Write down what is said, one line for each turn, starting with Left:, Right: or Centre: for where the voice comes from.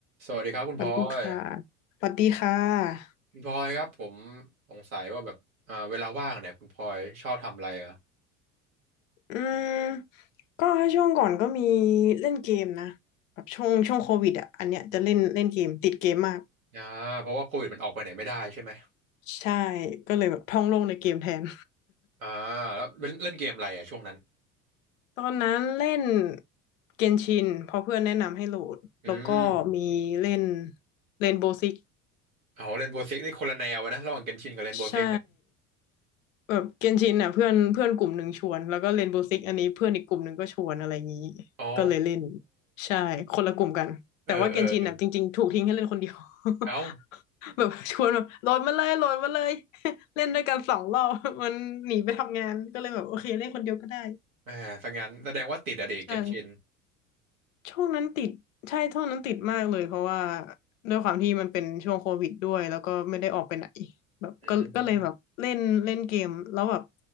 Right: สวัสดีครับคุณพลอย
Left: สวัสดีค่ะสวัสดีค่ะ
Right: คุณพลอยครับผมสงสัยว่าแบบอ่าเวลาว่างเนี่ยคุณพลอยชอบทำอะไรเหรอ
Left: อืมก็ถ้าช่วงก่อนก็มีเล่นเกมนะแบบช่วงช่วงโควิดอ่ะอันเนี้ยจะเล่นเล่นเกมติดเกมมาก
Right: อ่าเพราะว่าโควิดมันออกไปไหนไม่ได้ใช่ไหม
Left: ใช่ ก็เลยแบบท่องโลกในเกมแทน
Right: อ่าแล้วเล่นเล่นเกมอะไรอ่ะช่วงนั้น
Left: <laughs> ตอนนั้นเล่นเกนชินเพราะเพื่อนแนะนำให้โหลดแล้วก็มีเล่น
Right: อืม
Left: เรนโบว์ซิก
Right: เอาเล่นโบสิกนี่คนละแนวนะระหว่างเกนชินกับเล่นโบสิกเนี่ย
Left: ใช่แบบเกนชินอ่ะเพื่อนเพื่อนกลุ่มหนึ่งชวนแล้วก็เรนโบว์ซิกอันนี้เพื่อนอีกกลุ่มหนึ่งก็ชวนอะไรอย่างนี้
Right: อ๋อ
Left: ก็เลยเล่นใช่คนละกลุ่มกันแต่ว่าเกนชินอ่ะจริงๆถูกทิ้งให้เล่นคนเดียว
Right: เออเออเออ
Left: <laughs>
Right: เอ้า
Left: แบบชวนแบบโหลดมาเลยโหลดมาเลย <laughs> เล่นด้วยกันสองรอบ <laughs> มันหนีไปทำงานก็เลยแบบโอเคเล่นคนเดียวก็ได้
Right: แหมถ้างั้นแสดงว่าติดอะเด็กเกนชิน
Left: ใช่ ช่วงนั้นติดใช่ช่วงนั้นติดมากเลยเพราะว่าด้วยความที่มันเป็นช่วงโควิดด้วยแล้วก็ไม่ได้ออกไปไหนแบบก็ก็เลยแบบเล่นเล่นเกมแล้วแบบ
Right: อืม